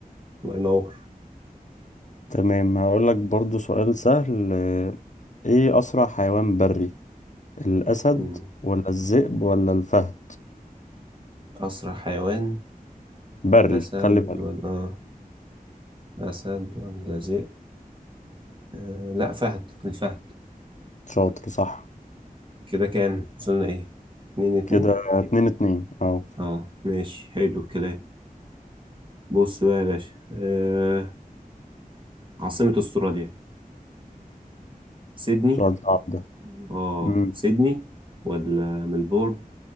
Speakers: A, on the right; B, on the left.
A: الله ينور
B: تمام هقول لك برضو سؤال سهل اه، إيه أسرع حيوان بري الأسد
A: مم.
B: ولا الذئب ولا الفهد
A: أسرع حيوان
B: بري
A: أسد
B: خلي بالك
A: ولا آه، أسد ولا ذئب آه، لا فهد الفهد
B: شاطر صح
A: كده كام وصلنا إيه؟ اتنين اتنين
B: كده اتنين اتنين اه
A: اه ماشي حلو الكلام بص بقى يا باشا آه عاصمة استراليا سيدني
B: سؤال صعب ده
A: اه
B: مم.
A: سيدني ولا ملبورن